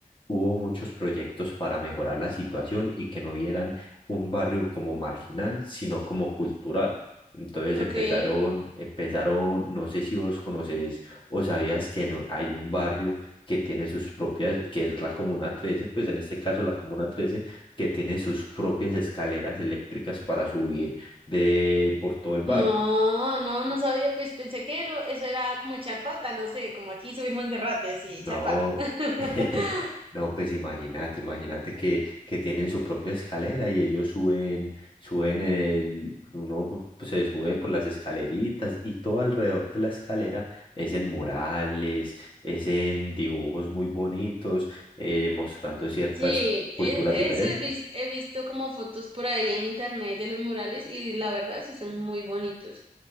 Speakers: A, on the left; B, on the right.
A: hubo muchos proyectos para mejorar la situación y que no vieran un barrio como marginal, sino como cultural. Entonces
B: ok,
A: empezaron, empezaron, no sé si vos conocés ¿O sabías que no, hay un barrio que tiene sus propias, que es la Comuna Trece pues en este caso la Comuna Trece que tiene sus propias escaleras eléctricas para subir de, por todo el barrio?
B: No, no, no sabía, pues pensé que era- eso era como echar pata, no sé, como aquí subir Monserrate, así,
A: No,
B: echar pata. <laughs>
A: <laughs> no, pues imagínate, imagínate que, que tienen su propia escalera y ellos suben, suben el, uno pues, se sube por las escaleritas y todo alrededor de la escalera es en murales, es en dibujos muy bonitos, eh, mostrando ciertas
B: Sí, es-
A: culturas
B: eso
A: diferentes.
B: he, vis- he visto como fotos por ahí en internet de los murales y la verdad sí son muy bonitos.